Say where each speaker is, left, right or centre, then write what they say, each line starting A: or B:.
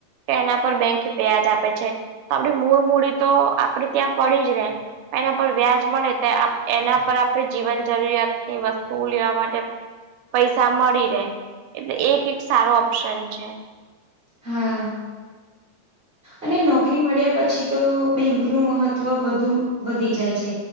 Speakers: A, on the right (about 80°); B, on the right (about 20°).
A: કે એના પર બેંકી વ્યાજ આપે છે તો આપડી મૂળ મૂડી તો આપડી ત્યાં પડી જ ને એના પર વ્યાજ મળે એના પર આપણે જીવન જરૂરિયાત ની વસ્તુ લેવા માટે પૈસા મળી રહેે એટલે એક એક સારો ઓપ્શન છે
B: હા અને નોકરી મળ્યા પછી તો બેંક નું મહત્વ વધુ વધી જાય છે